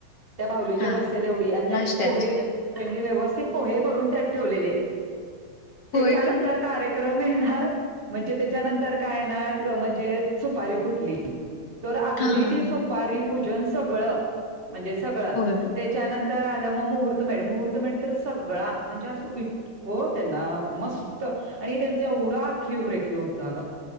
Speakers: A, on the right; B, on the left.
A: त्या बावलीच्या
B: हा
A: बसेल एवढी आणि त्यात
B: नाश्त्यांच्या
A: पोहे व्यवस्थित पोहे करून त्यात ठेवलेले
B: होय
A: त्याच्यानंतर
B: का
A: कार्यक्रम येणार म्हणजे त्याच्यानंतर काय येणार म्हणजे सुपारी फुटली तर अगदी
B: हा हा
A: ती सुपारी
B: हा
A: पूजन सगळं म्हणजे सगळं
B: होय का
A: त्याच्यानंतर आलं मग मुहूर्त मेढ मुहूर्त मेढ तर सगळा म्हणजे अस इतकं त्यांना मस्त आणि त्यांच एवढं अखी रेखेव होत अग